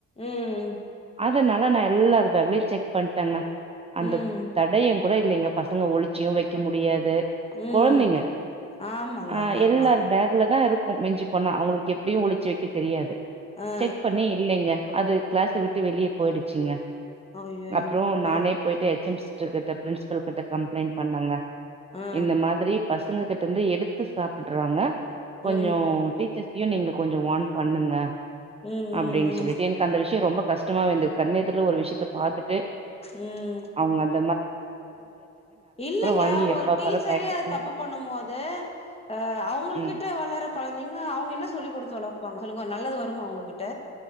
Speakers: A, on the left (about 20°); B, on the right (about 20°).
A: ம்
B: அதுனால நா எல்லார் பேக்லையு செக் பண்டங்க அந்த
A: ம்
B: தடையொங்கூட இல்லைங்க பசங்க ஒளிச்சியு வைக்க முடியாது
A: ம்
B: கொழந்தைங்க
A: ஆமாங்க
B: ஆ
A: ஆமா
B: எல்லார் பேக்லதா இருக்கு மிஞ்சி பண்ணா அவங்களுக்கு எப்டியு ஒழிச்சி வைக்க தெரியாது
A: ஆ
B: செக் பண்ண இல்லைங்க அது கிளாஸ
A: ம்
B: விட்டு வெளிய போயிடுச்சிங்க
A: ஐய்யய்யோ
B: அப்றோ நானே
A: ஆ
B: போயிட்டு எச் எம்ஸ் ட்ருகிட்ட பிரின்ஸிபல் கிட்ட கம்ப்ளைண்ட் பண்ணங்க
A: ஆ
B: இந்த மாதிரி பசங்க கிட்டருந்து எடுத்து சாப்புட்றாங்க கொஞ்சோ
A: ம்
B: டீச் சர்ஸயு நீங்க கொஞ்சோ வார்ன் பண்ணுங்க
A: ம் ம்
B: அப்டின் சொல்லிட்டு
A: ம்
B: எனக்கு அந்த விஷயோ ரொம்ப கஷ்டமாவே இருந்தது கண்ணெதுர்ல ஒரு விஷயத்த பாத்துட்டு
A: ம்
B: அவங்கந்
A: இல்லங்க
B: வாங்கி
A: ஒரு
B: எப்ப
A: டீச்சரையே
B: பாரு பாக்கெட்ல
A: அது தப்பு பண்ணும் போது ஆ அவங்கள்
B: ம்
A: கிட்ட வளர கொழந்தைங்க அவங்க என்ன சொல்லிக் குடுத்து வளப்பாங்க சொல்லுங்கோ நல்லது வருமா அவங்ககிட்ட